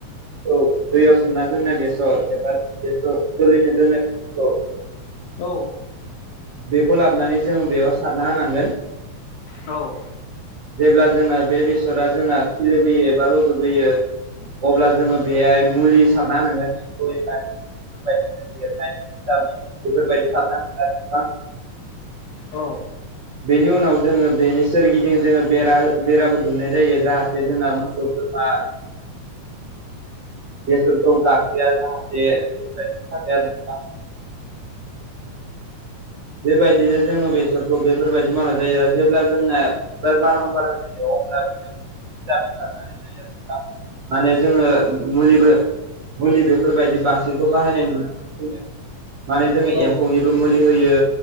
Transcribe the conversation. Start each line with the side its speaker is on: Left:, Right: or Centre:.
Right: औ दैयाव सोमना दोननाय बेसर एबा बेसर जोलैनो दोननाय। औ।
Left: औ।
Right: बेखौ लाबनानै जोङो बेयाव सारना होनांगोन
Left: औ।
Right: जेब्ला जोंना बे बेसरा जोंना खिलिबोयो एबा रज'बोयो। अब्ला जोङो बेहाय मुलि सारना होनांगोन एम्फौ एनलानि बेफोरबायदि देरनाय भिटामिन बेफोरबायदि सारना होनांगोन आरो नोंथां
Left: औ
Right: बेनि उनाव जोङो बेनि सोरगिदिं जोङो बेरा बेराबो दुमनाय जायो जाहाथे जोंना मोसौ बोरमा बेसरखौ गाखोया जाहाथे बेफोरबायदिनि थाखाय आरोना बेबायदिनो जोङो बेसरखौ बेफोरबायदि मावनाय जायो आरो जेब्ला जोंना बिबार बारहां बारहां जायो अब्लाना लाथथनानै ज माने जोङो मुलिबो मुलि बेफोरबायदि बांसिनखौ बाहायनाय नुनो मोनो माने जोङो
Left: औ
Right: एम्फौनिबो मुलि होयो